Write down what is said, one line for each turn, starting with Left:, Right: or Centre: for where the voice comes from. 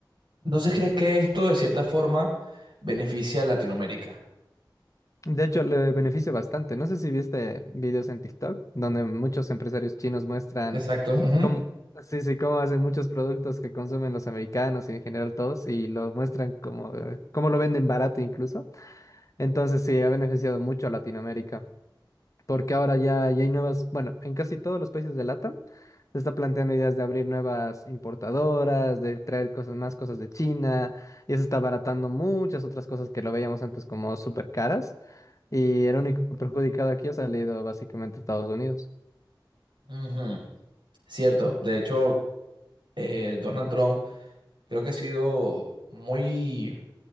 Right: Entonces, ¿crees que esto de cierta forma beneficia a Latinoamérica?
Left: De hecho, le beneficia bastante. No sé si viste videos en TikTok donde muchos empresarios chinos muestran
Right: Exacto. ujú.
Left: cómo, sí, sí, cómo hacen muchos productos que consumen los americanos y en general todos y los muestran como, eh, cómo lo venden barato incluso. Entonces, sí, ha beneficiado mucho a Latinoamérica porque ahora ya, ya hay nuevas, bueno, en casi todos los países de LATAM se está planteando ideas de abrir nuevas importadoras, de traer cosas más cosas de China y se está abaratando muchas otras cosas que lo veíamos antes como súper caras. Y el único perjudicado aquí ha salido básicamente Estados Unidos.
Right: Ujú, Cierto. De hecho, eh, Donald Trump creo que ha sido muy